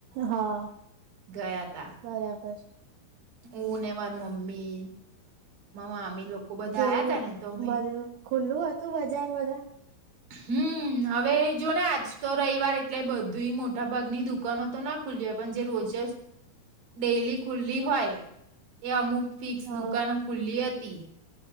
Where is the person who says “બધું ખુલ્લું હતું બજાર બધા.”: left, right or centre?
Right